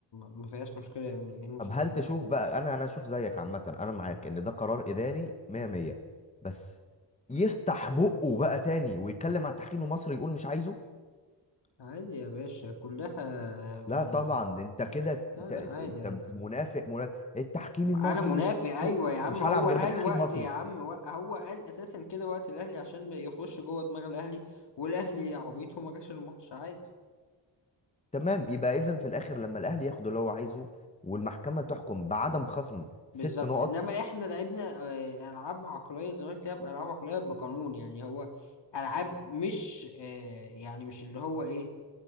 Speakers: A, on the left; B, on the left.
A: ما فيهاش مشكلة يعني ايه المشكلة
B: طب هل تشوف بقى انا انا اشوف زيك عامه انا معاك ان ده قرار اداري 100 100 بس يفتح بقه بقى تاني ويتكلم على التحكيم المصري يقول مش عايزه
A: عادي يا باشا كلها
B: لا
A: يعني
B: طبعا ده انت كده ت-
A: لا لا
B: ت- ت-
A: عادي
B: انت
A: عادي
B: منافق منافق التحكيم المصري
A: انا منافق
B: مش هحطه
A: ايوه يا عم
B: مش
A: هو
B: هلعب غير
A: قال
B: بتحكيم
A: وقت
B: مصري
A: يا عم و- هو قال اساسا كده وقت الاهلي عشان ما يخش جوه دماغ الاهلي والاهلي عبيط وما جاش الماتش عادي
B: تمام يبقى اذا في الاخر لما الاهلي ياخد اللي هو عايزه والمحكمه تحكم بعدم خصم
A: بالظبط
B: ست نقط
A: انما احنا لعبنا آه، العاب عقليه الزمالك لعب العاب عقليه بقانون يعني هو العاب مش آه، يعني مش اللي هو ايه